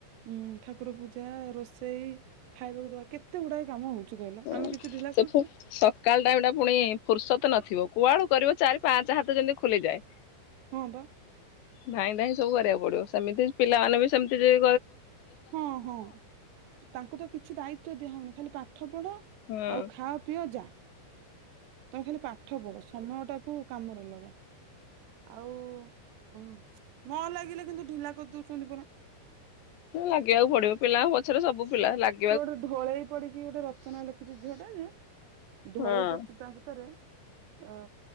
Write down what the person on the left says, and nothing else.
ହୁଁ
ସେ
ସକାଳ ଟାଇମ ଟା ପୁଣି ଫୁର୍ସତ ନଥିବ କୁଆଳୁ କରିବ ଚାରି ପାଞ୍ଚ ହାତ ଯେମିତି ଖୋଲିଯାଏ
ନାଇଁ ନାଇଁ ସବୁ କରିବାକୁ ପଡିବ ସେମିତି ପିଲାମାନେ ବି ସେମିତି ଯେ
ହୁଁ
ଲାଗିବାକୁ ପଡିବ ପିଲାଙ୍କ ପଛରେ ସବୁ ପିଲା ଲାଗି
ହଁ